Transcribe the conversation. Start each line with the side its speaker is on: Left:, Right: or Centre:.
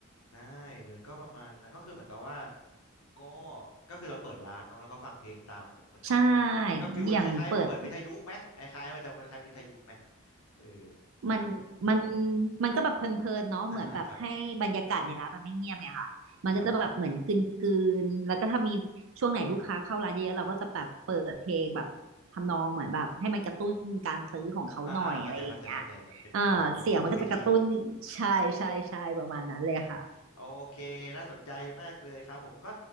Left: ได้เลยก็ประมาณนั้นก็คือเหมือนกับว่าก็ก็คือเราเปิดร้านเนาะแล้วก็ฟังเพลงตามแบบเหมือนยู
Right: ใช่
Left: ก็ฟิลคล้ายๆเปิดวิทยุไหมคล้ายๆมันจะคล้ายๆวิทยุไหม
Right: อย่างเปิด
Left: เออประมาณแบบ
Right: มันมันมันก็แบบเพลินๆเนาะเหมือนแบบให้บรรยากาศในร้านมันไม่เงียบไงค่ะมันก็จะแบบเหมือนกลืนๆแล้วก็ถ้ามีช่วงไหนลูกค้าเข้าร้านเยอะๆเราก็จะแบบเปิดเพลงแบบทำนองเหมือนแบบให้มันกระตุ้นการซื้อของเขาหน่อยอะไรอย่างเงี้ย
Left: อ่าอ่าครับครับผมอ่าอ่าอ่าเข้าใจเข้าใจเข้าใจมันเป็นยุทธยุทธวิธี
Right: อ่าเสียงมันก็จะกระตุ้นใช่ใช่ใช่ประมาณนั้นเลยค่ะ
Left: โอเคน่าสนใจมากเลยครับผมก็